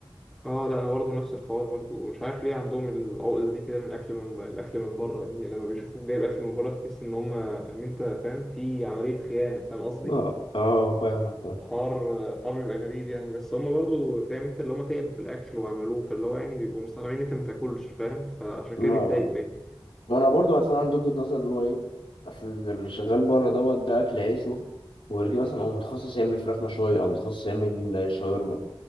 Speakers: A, in the centre; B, on the left.
A: اه لا انا برضه نفس الحوار برضه ومش عارف ليه عندهم العقده دي كده من الاكل من الاكل من بره يعني لما بيشوفوك جايب اكل من بره تحس ان هم ان انت فاهم في عمليه خيانه فاهم قصدي
B: اه اه فاهمك فاهم
A: الحوار الحوار بيبقى غريب يعني بس هم برضه فاهم انت اللي هم تعبوا في الاكل وعملوه فاللي هو يعني بيبقوا مستغربين إن انت ما تاكلش فاهم فعشان
B: ما
A: كده بيتضايقوا يعني
B: ما انا برضو اصلا عندي وجهة نظر اللي هو ايه اصل اللي شغال بره دوت ده اكل عيشه وغير كده مثلا هو متخصص يعمل فراخ مشوية او متخصص يعمل شاورما